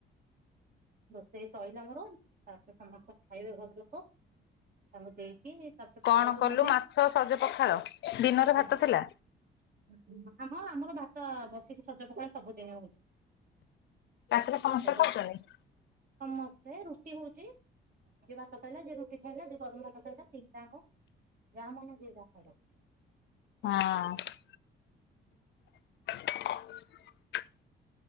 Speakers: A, on the right (about 45°); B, on the left (about 65°).
A: ରୋଷେଇ ସହିଲା ମୋର ତାପରେ ସମସ୍ତେ ଖାଇବେ ଘର ଲୋକ। ତାଙ୍କୁ ଦେଇକି- ତାପରେ
B: କଣ
A: ପୋଡାକୁ
B: କଲୁ
A: ନେବି।
B: ମାଛ ସଜ ପଖାଳ ଦିନରେ ଭାତ
A: ଆମ
B: ଥିଲା।
A: ହଁ ଆମର ଭାତ ବସି- ସଜ ପଖାଳ ସବୁ ଦିନେ ହଉଛି।
B: ରାତିରେ ସମସ୍ତେ
A: ସଜ
B: ଖାଉଚନ୍ତି?
A: ସମସ୍ତେ ରୁଟି ହଉଚି ଯିଏ ଭାତ ଖାଇଲା ଯିଏ ରୁଟି ଖାଇଲା ଯିଏ ଗରମ ଭାତ ଖାଇଲା ତିନିଟାଙ୍କ ଖାଇଲା ଯାହା ମନ ଯିଏ ଯାହା ଖାଇଲା।
B: ହଁ <inaudible>